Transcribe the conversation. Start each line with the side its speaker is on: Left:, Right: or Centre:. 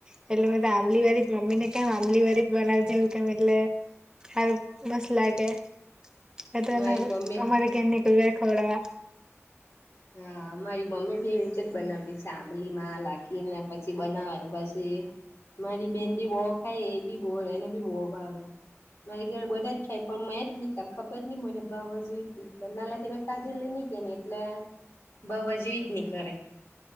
Right: કે એટલે મેં તો આમલી વાળી મમ્મી ને કેમ આમલી વારી જ બનાવતી હોય કેમ એટલે સારું મસ્ત લાગે. નહીં તો
Left: મારી
Right: એમાં ગ
Left: મમ્મી
Right: અમારા ઘર ની તૈયાર ખવડાવા.
Left: હા, મારી મમ્મી બી એવી રીતે જ બનાવતી છે. આમલી માં લાખીને પછી બનાવે ને પછી તે મારી બેંન બી બો ખાય એ બી બો એને બી બો ભાવે. મારી ઘરે બધા જ ખાય પણ મેંજ ની ખાઉ ખબર નહીં મને ભાવવા જો નાલાથી મેં ખાઘેલી નહીં કે એટલે બ જે જ નહી કરે